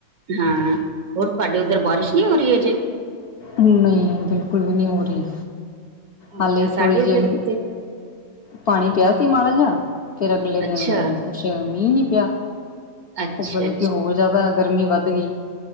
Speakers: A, on the right; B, on the left.
A: ਹਾਂ ਹੋਰ ਤੁਹਾਡੇ ਉੱਧਰ ਬਾਰਿਸ਼ ਨਹੀਂ ਹੋ ਰਹੀ ਹੈ ਜੇ।
B: ਨਹੀਂ ਬਿਲਕੁਲ ਵੀ ਨਹੀਂ ਹੋ ਰਹੀ। ਹਾਲੇ
A: ਅੱਛਾ ਸਾਡੇ
B: ਥੋੜੀ
A: ਇਧਰ
B: ਜਹੀ
A: ਤੇ
B: ਪਾਣੀ ਪਿਆ ਸੀ ਮਾੜਾ ਜਿਹਾ ਫਿਰ ਅਗਲੇ ਦਿਨ
A: ਅੱਛਾ
B: ਕੁਛ ਮੀਂਹ ਨਹੀਂ ਪਿਆ।
A: ਅੱਛਾ
B: ਬਲਕਿ ਹੋਰ ਜ਼ਿਆਦਾ ਗਰਮੀ ਵੱਧ ਗਈ।